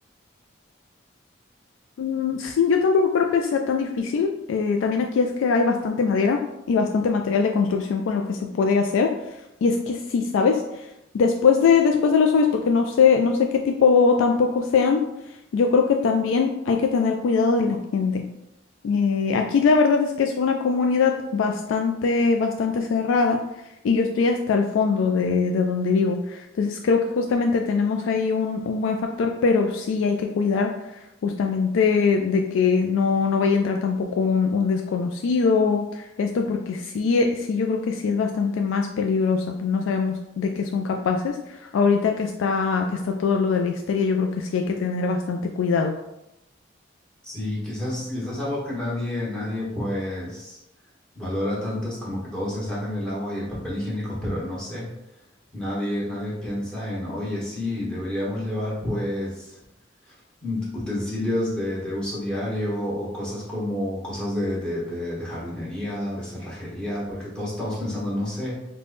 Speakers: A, on the left; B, in the centre.
A: Mm, sí, yo tampoco creo que sea tan difícil. eh, también aquí es que hay bastante madera y bastante material de construcción con lo que se puede hacer. Y es que sí, ¿sabes? Después de, después de los zombies, porque no sé, no sé qué tipo tampoco sean, yo creo que también hay que tener cuidado de la gente. Eh, aquí la verdad es que es una comunidad bastante, bastante cerrada y yo estoy hasta el fondo de, de donde vivo. Entonces creo que justamente tenemos ahí un, un buen factor, pero sí hay que cuidar justamente de que no, no vaya a entrar tampoco un, un desconocido, esto porque sí, e- sí yo creo que sí es bastante más peligrosa, pues no sabemos de qué son capaces. Ahorita que está, que está todo lo de la histeria, yo creo que sí hay que tener bastante cuidado.
B: Sí, quizás, quizás algo que nadie, nadie pues valora tanto es como que todos se sacan el agua y el papel higiénico, pero no sé, nadie, nadie piensa en, oye, sí, deberíamos llevar pues mm, utensilios de, de uso diario o cosas como cosas de, de- de- de jardinería, de cerrajería, porque todos estamos pensando, no sé,